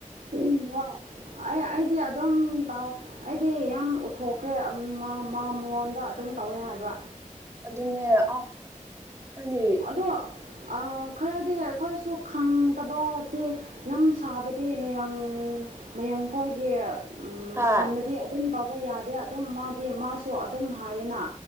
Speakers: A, on the right (about 85°); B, on the right (about 20°).
A: ꯎꯝ ꯑꯣ ꯑꯩ ꯑꯩꯗꯤ ꯑꯗꯨꯝ ꯇꯧ ꯑꯩꯗꯤ ꯌꯥꯝ ꯎꯠꯊꯣꯛꯈ꯭ꯔꯦ ꯎꯝ ꯃꯥ ꯃꯥ ꯃꯉꯣꯟꯗ ꯑꯗꯨꯝ ꯇꯧꯋꯦ ꯍꯥꯏꯕ꯫
B: ꯑꯗꯨꯅꯦ ꯑ ꯍꯥꯏꯗꯤ
A: ꯑꯗꯣ ꯑ ꯈꯔꯗꯤ ꯑꯩꯈꯣꯏꯁꯨ ꯈꯪꯇꯕꯗꯤ ꯌꯥꯝ ꯁꯥꯕꯗꯤ ꯃꯌꯥꯡ ꯃꯌꯥꯡ ꯈ꯭ꯋꯥꯏꯒꯤ
B: ꯍꯣꯏ
A: ꯃꯐꯝꯗꯗꯤ ꯑꯗꯨꯝ ꯇꯧꯕ ꯌꯥꯗꯦ ꯑꯗꯨꯝ ꯃꯥꯗꯤ ꯃꯥꯁꯨ ꯑꯗꯨꯝ ꯍꯥꯏꯌꯦꯅ